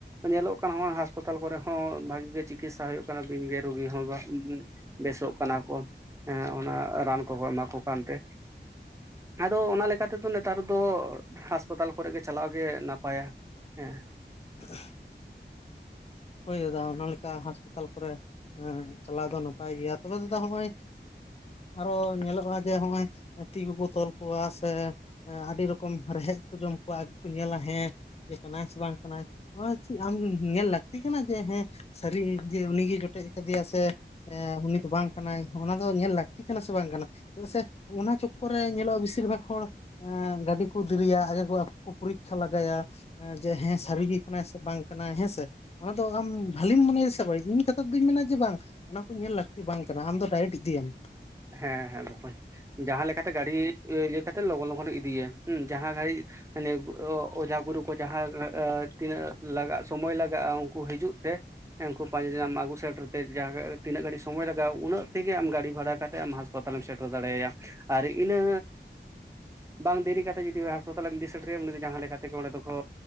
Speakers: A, on the right; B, on the left.
A: ᱧᱮᱞᱚᱜ ᱠᱟᱱᱟ ᱱᱚᱜ-ᱚᱭ ᱦᱟᱥᱯᱟᱛᱟᱞ ᱠᱚᱨᱮ ᱦᱚᱸ ᱵᱷᱟᱜᱤ ᱜᱮ ᱪᱤᱠᱤᱛᱥᱟ ᱦᱩᱭᱩᱜ ᱠᱟᱱᱟ ᱵᱤᱧ ᱜᱮ ᱨᱩᱜᱤ ᱦᱚᱸ ᱵᱮᱥᱚᱜ ᱠᱟᱱᱟ ᱠᱚ ᱦᱮᱸ ᱚᱱᱟ ᱨᱟᱱ ᱠᱚ ᱮᱢᱟ ᱠᱚ ᱠᱟᱱᱛᱮ ᱟᱫᱚ ᱚᱱᱟ ᱞᱮᱠᱟᱛᱮᱫᱚ ᱱᱮᱛᱟᱨ ᱫᱚ ᱦᱟᱥᱯᱟᱛᱟᱞ ᱠᱚᱨᱮ ᱜᱮ ᱪᱟᱞᱟᱜ ᱜᱮ ᱱᱟᱯᱟᱭᱟ᱾ ᱦᱮᱸ
B: <inaudible> ᱦᱩᱭ ᱫᱟᱫᱟ ᱚᱱᱟ ᱞᱮᱠᱟ ᱦᱟᱸᱥᱯᱟᱛᱟᱞ ᱠᱚᱨᱮ ᱪᱟᱞᱟᱣ ᱫᱚ ᱱᱟᱯᱟᱭ ᱜᱮᱭᱟ ᱛᱚᱵᱮ ᱫᱟᱫᱟ ᱱᱚᱜ-ᱚᱭ ᱟᱨᱦᱚ ᱧᱮᱞᱚᱜ-ᱟ ᱡᱮ ᱦᱚᱜ-ᱚᱭ ᱛᱤ ᱠᱚᱠᱚ ᱛᱚᱞ ᱠᱚᱣᱟ ᱥᱮ ᱟᱹᱰᱤ ᱨᱚᱠᱚᱢ ᱨᱮᱦᱮᱫ ᱠᱚ ᱡᱚᱢ ᱠᱚᱣᱟ ᱟᱨ ᱠᱚ ᱧᱮᱞᱟ ᱦᱮᱸ ᱤᱭᱟᱹ ᱠᱟᱱᱟᱭ ᱥᱮ ᱵᱟᱝ ᱠᱟᱱᱟᱭ ᱪᱮᱫ ᱟᱢ ᱧᱮᱞ ᱞᱟᱹᱠᱛᱤ ᱠᱟᱱᱟ ᱡᱮ ᱦᱮᱸ ᱥᱟᱹᱨᱤ ᱡᱮ ᱩᱱᱤᱜᱨᱭ ᱡᱚᱴᱮᱡ ᱟᱠᱟᱫᱮᱭᱟ ᱥᱮ ᱩᱱᱤ ᱫᱚ ᱵᱟᱝ ᱠᱟᱱᱟᱭ ᱚᱱᱟ ᱫᱚ ᱧᱮᱞ ᱞᱟᱹᱠᱛᱤ ᱠᱟᱱᱟ ᱥᱮ ᱵᱟᱝ ᱠᱟᱱᱟ ᱪᱮᱫᱟᱜ ᱥᱮ ᱚᱱᱟ ᱪᱚᱠᱚᱨ ᱨᱮ ᱧᱮᱞᱚᱜ-ᱟ ᱵᱮᱥᱤᱨ ᱵᱷᱟᱜᱽ ᱦᱚᱲ ᱜᱟᱹᱰᱤ ᱠᱚ ᱫᱮᱨᱤᱭᱟ ᱟᱠᱚ ᱠᱚ ᱯᱚᱨᱤᱠᱠᱷᱟ ᱞᱮᱟᱜᱟᱭᱟ᱾ ᱡᱮ ᱦᱮᱸ ᱥᱟᱹᱨᱤ ᱜᱮ ᱠᱟᱱᱟᱭ ᱥᱮ ᱵᱟᱝ ᱠᱟᱱᱟᱭ ᱦᱮᱸᱥᱮ᱾ ᱚᱱᱟ ᱫᱚ ᱟᱢ ᱵᱷᱟᱹᱞᱤᱢ ᱢᱚᱱᱮᱭᱟ ᱥᱮ ᱤᱧ ᱠᱟᱛᱷᱟ ᱫᱚᱩᱧ ᱢᱮᱱᱟ ᱡᱮ ᱵᱟᱝ ᱚᱱᱟ ᱠᱚ ᱧᱮᱞ ᱞᱟᱹᱠᱛᱤ ᱵᱟᱝ ᱠᱟᱱᱟ ᱟᱢ ᱫᱚ ᱰᱟᱭᱨᱮᱠᱴ ᱤᱫᱤᱭᱟᱢ
A: ᱦᱮᱸ ᱦᱮᱸ ᱵᱚᱠᱚᱧ ᱡᱟᱦᱟᱸ ᱞᱮᱠᱟᱛᱮ ᱜᱟᱹᱲᱤ ᱤᱭᱟᱹ ᱠᱟᱛᱮ ᱞᱚᱜᱚᱱ ᱞᱚᱜᱚᱱ ᱞᱮ ᱤᱫᱤᱭᱮᱭᱟ ᱦᱮᱸ ᱡᱟᱦᱟᱸ ᱜᱟᱹᱲᱤ ᱢᱟᱱᱮ ᱚᱡᱷᱟ ᱜᱩᱨᱩ ᱠᱚ ᱡᱟᱦᱟᱸ ᱛᱤᱱᱟᱹᱜ ᱞᱟᱜᱟᱜ ᱥᱚᱢᱚᱭ ᱞᱟᱜᱟᱜ-ᱟ ᱩᱱᱠᱩ ᱦᱤᱡᱩᱜ ᱛᱮ ᱦᱮᱸ ᱩᱱᱠᱩ ᱯᱟᱸᱡᱟ ᱧᱟᱢ ᱟᱹᱜᱩ ᱥᱮᱴᱮᱨ ᱛᱮ ᱡᱟᱜᱮ ᱡᱟᱦᱟᱸ ᱛᱤᱱᱟᱹᱜ ᱜᱷᱟᱲᱤᱡ ᱥᱚᱢᱚᱭ ᱞᱟᱜᱟᱜ- ᱩᱱᱟᱹᱜ ᱛᱮᱜᱮ ᱜᱟᱹᱰᱤ ᱵᱷᱟᱲᱟ ᱠᱟᱛᱮ ᱟᱢ ᱦᱟᱸᱥᱯᱟᱛᱟᱞᱮ ᱮᱢ ᱥᱮᱴᱮᱨ ᱫᱟᱲᱮᱭᱟᱭᱟ ᱟᱨ ᱤᱱᱟᱹ ᱵᱟᱝ ᱫᱮᱨᱤ ᱠᱟᱛᱮᱫ ᱡᱩᱫᱤ ᱦᱟᱥᱯᱟᱛᱟᱞᱮ ᱮᱢ ᱤᱫᱤ ᱥᱮᱴᱮᱨᱮᱭᱟ ᱩᱱᱤ ᱫᱚ ᱡᱟᱦᱟᱸ ᱞᱮᱠᱟ ᱛᱮᱜᱮ ᱚᱸᱰᱮ ᱫᱚᱠᱚ